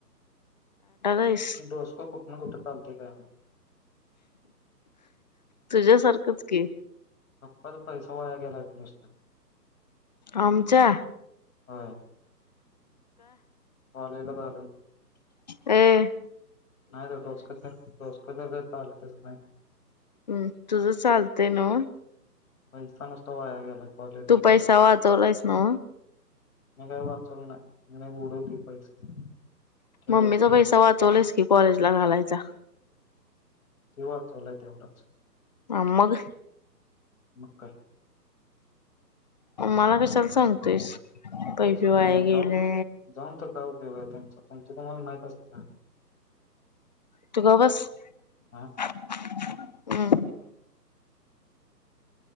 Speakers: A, on the left; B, on the left.
A: आहेस
B: ोसक खूप कुठतागत
A: तुझ्यासारखंच की
B: ह परत सोवाळ्या गेला नुसतं
A: आमच्या
B: हा लं घालून
A: हम
B: नाही डोसकोसकथर चालतेचय
A: हम्म तुझं चालतंय न
B: पैथ नसतो वाया गेला कॉलेजला
A: तू
B: जाऊन
A: पैसा वाचवलायस ना
B: मी काही वाचल नाही म उडवते पैसे ठेवत
A: मम्मीचा
B: नाही
A: पैसा वाचवलाच कि कॉलेज ला घालायचा
B: तेव्हा चालय तेवढंच
A: आ मग
B: मकर
A: मला क चल सांगतोयस काही
B: होयच
A: पिवाय
B: की मग
A: गेले
B: जाऊन जाऊन तर काय उपयोग आहे त्यांचा तुमच तम्हाला माहित असते का
A: तू ग बस.
B: हा
A: हम्.